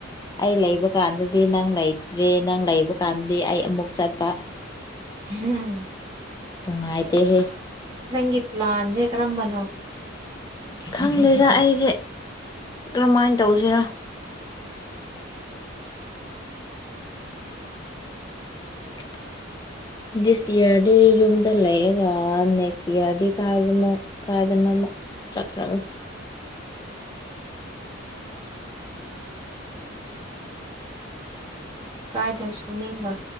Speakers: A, on the left; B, on the right.
A: ꯑꯩ ꯂꯩꯕ ꯀꯥꯟꯗꯗꯤ ꯅꯪ ꯂꯩꯇ꯭ꯔꯦ ꯅꯪ ꯂꯩꯕ ꯀꯥꯟꯗꯗꯤ ꯑꯩ ꯑꯃꯨꯛ ꯆꯠꯄ
B: ꯍꯝ
A: ꯨꯅꯨꯡꯉꯥꯏ ꯇꯦ ꯍꯦ
B: ꯅꯪꯒꯤ ꯄ꯭ꯂꯥꯟꯁꯦ ꯀꯔꯝꯕꯅꯣ
A: ꯈꯪꯗꯦꯗ ꯑꯩꯁꯦ ꯀꯔꯝꯍꯥꯏꯅ ꯇꯧꯁꯤꯔꯥ ꯑ <inaudible> ꯗꯤꯁ ꯏꯌꯥꯔꯗꯤ ꯌꯨꯝꯗ ꯂꯩꯔꯒ ꯅꯦꯛꯁ ꯏꯌꯥꯔꯗꯤ ꯀꯥꯏꯗꯅꯣ ꯀꯥꯏꯗꯅꯣ ꯑꯃ ꯆꯠꯈꯔꯒꯦ
B: ꯀꯥꯏꯗ ꯁꯨꯅꯤꯡꯕ